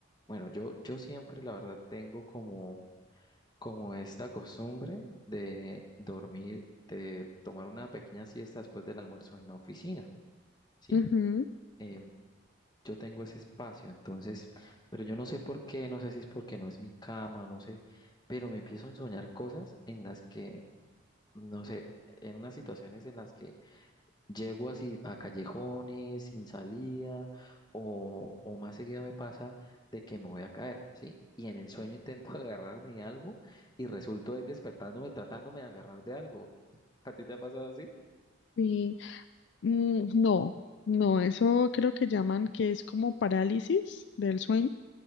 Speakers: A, on the left; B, on the left.
A: bueno, yo, yo siempre, la verdad, tengo como como esta costumbre de dormir, de tomar una pequeña siesta después del almuerzo en la oficina, ¿sí?
B: Ujú,
A: Em, yo tengo ese espacio, entonces, pero yo no sé por qué, no sé si es porque no es mi cama, no sé, pero me empiezo a soñar cosas en las que, no sé, en unas situaciones en las que Llego así a callejones sin salida o, o más seguido me pasa de que me voy a caer, ¿sí? Y en el sueño intento <laughs> agarrarme de algo y resulto es despertándome tratándome de agarrar de algo. ¿A ti te ha pasado así?
B: sí. Mm, no, no, eso creo que llaman que es como parálisis del sueño